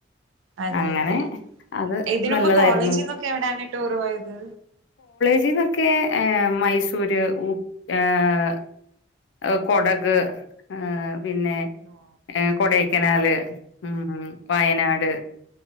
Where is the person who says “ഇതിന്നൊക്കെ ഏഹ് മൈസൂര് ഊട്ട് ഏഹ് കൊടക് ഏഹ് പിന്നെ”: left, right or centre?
Left